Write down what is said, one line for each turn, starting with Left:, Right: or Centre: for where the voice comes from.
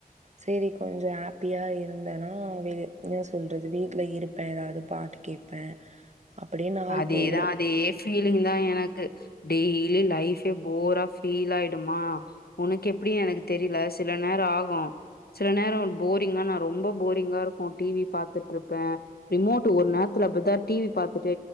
Right: செரி கொஞ்சம் ஹாப்பியா இருந்தேன்னா வெ என்ன சொல்றது வீட்டுல இருப்பேன் ஏதாவது பாட்டு கேட்பேன் அப்படியே நாள்
Left: அதேதான்
Right: போய்டும்
Left: அதே ஃபீலிங் தான் எ க்கு டெய்லி லைஃபே போரா ஃபீல் ஆயிடுமா உனக்கு எப்படினு எனக்கு தெரில சில நேரம் ஆகும் சில நேரம் போரிங்கான ரொம்ப போரிங்கா இருக்கும் டிவி பார்த்துட்டு இருப்பேன் ரிமோட் ஒரு நேரத்துல அப்படிதான் டிவி பார்த்துட்டு